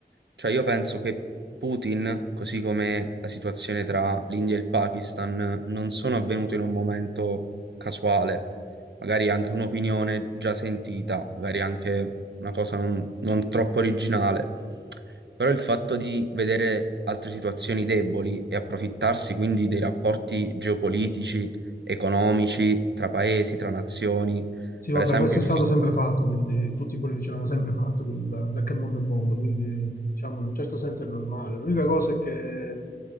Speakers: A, on the right (about 75°); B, on the left (about 55°).
A: Cioè io penso che Putin, così come la situazione tra l'India e il Pakistan, non sono avvenute in un momento casuale. Magari anche un'opinione già sentita, magari anche una cosa non, non troppo originale. Però il fatto di vedere altre situazioni deboli e approfittarsi quindi dei rapporti geopolitici, economici, tra paesi, tra nazioni
B: Sì, vabbè,
A: per esempio,
B: questo è
A: il
B: stato
A: fatto...
B: sempre fatto, quindi tutti i politici l'hanno sempre fatto, quindi da, da che mondo è mondo, quindi diciamo in un certo senso è normale. L'unica cosa è che